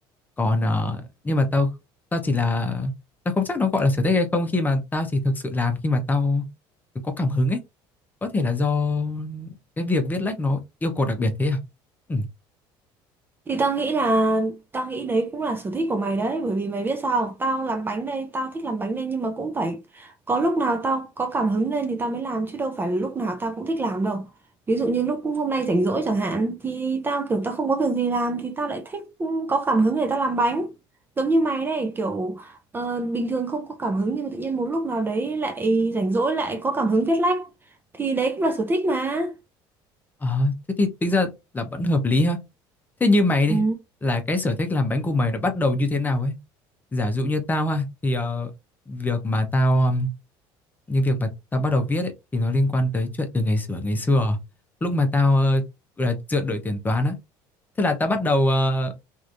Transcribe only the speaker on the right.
Thì tao nghĩ là tao nghĩ đấy cũng là sở thích của mày đấy bởi vì mày biết sao không? tao làm bánh đây tao thích làm bánh đây nhưng mà cũng phải có lúc nào tao có cảm hứng lên thì tao mới làm chứ đâu phải là lúc nào tao cũng thích làm đâu ví dụ như lúc hôm nay rảnh rỗi chẳng hạn thì tao kiểu tao không có việc gì làm thì tao lại thích ừ, có cảm hứng để tao làm bánh giống như mày đây kiểu ờ, bình thường không có cảm hứng nhưng mà tự nhiên một lúc nào đấy lại rảnh rỗi lại có cảm hứng viết lách thì đấy cũng là sở thích mà
ừ